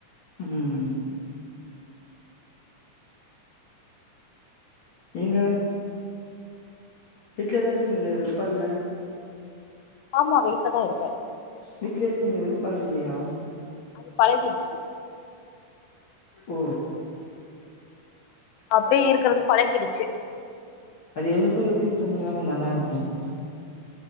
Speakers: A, on the left; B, on the left.
A: உம் நீங்க வீட்டு்லதான் இருக்கீங்களா வெறுப்பா இல்ல
B: ஆமா வீட்டுலதான் இருக்கேன்
A: வீட்லயே இருக்கீங்களா வெறுப்பா இல்லையா
B: அது பழகிடுச்சு
A: ஓ
B: அப்படியே இருக்கறிறது பழகிடுச்சு
A: அது எனக்கும் எப்படின்னு சொன்னீங்கன்னா கொஞ்சம் நல்லா இருக்கும்